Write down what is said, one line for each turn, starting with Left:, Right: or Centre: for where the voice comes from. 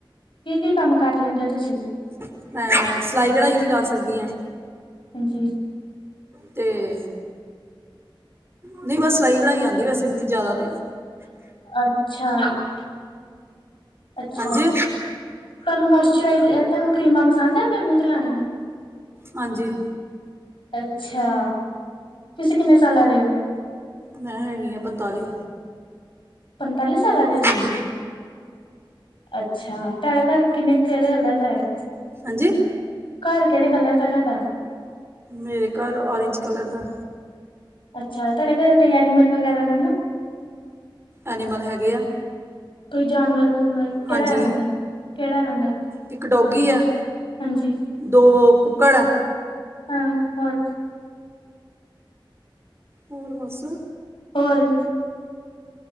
Left: ਕੀ-ਕੀ ਕੰਮ ਕਰ ਲੈਂਦੇ ਹੋ ਤੁਸੀਂ?
Right: ਅਹ, ਸਿਲਾਈ ਕਢਾਈ, ਵੀ ਕਰ ਸਕਦੀ ਹਾਂ।
Left: ਹਾਂਜੀ।
Right: ਤੇ, ਨਹੀਂ ਬਸ ਸਲਾਈ ਕਢਾਈ ਆਉਂਦੀ ਵੈਸੇ, ਮੈਨੂੰ ਜ਼ਿਆਦਾ ਤੇ।
Left: ਅੱਛਾ-ਅੱਛਾ।
Right: ਹਾਂਜੀ
Left: ਤੁਹਾਨੂੰ ਮੋਇਸਚਰਾਈਜ਼, ਤੁਹਾਨੂੰ ਕਰੀਮਾਂ, ਪਸੰਦ ਹੈ ਆਪਣੇ, ਮੂੰਹ ਤੇ ਲਾਨੀਆ।
Right: ਹਾਂਜੀ।
Left: ਅੱਛਾ, ਤੁਸੀਂ ਕਿੰਨੇ ਸਾਲਾਂ ਦੇ ਹੋ?
Right: ਮੈਂ ਹੈਗੀ ਹਾਂ ਪੰਤਾਲੀ।
Left: ਪੰਤਾਲੀ ਸਾਲਾਂ ਦੇ ਹੋ ਤੁਸੀਂ?
Right: ਹਾਂਜੀ
Left: ਅੱਛਾ, ਤੁਹਾਡਾ ਘਰ ਕਿੰਨੇ ਕਿਹੜੇ ਕਲਰ ਦਾ ਏ?
Right: ਹਾਂਜੀ
Left: ਘਰ, ਕਿਹੜੇ ਕਲਰ ਦਾ ਤਾਡਾ
Right: ਮੇਰੇ ਘਰ, ਔਰੇਂਜ ਕਲਰ ਦਾ
Left: ਅੱਛਾ, ਤੁਹਾਡੇ ਕੋਲ ਕੋਈ ਐਨੀਮਲ, ਵਗੈਰਾ ਰਹਿੰਦਾ
Right: ਐਨੀਮਲ ਹੈਗੇ ਆ
Left: ਕੋਈ ਜਾਨਵਰ ਜੁਨਵਰ ਕਿਹੜਾ
Right: ਹਾਂਜੀ
Left: ਰਹਿੰਦਾ-ਕਿਹੜਾ ਰਹਿੰਦਾ
Right: ਇੱਕ ਡੋਗੀ ਹੈ
Left: ਹਾਂਜੀ
Right: ਦੋ ਕੁੱਕੜ
Left: ਹਾਂ ਹੋਰ
Right: ਹੋਰ ਬਸ
Left: ਹੋਰ।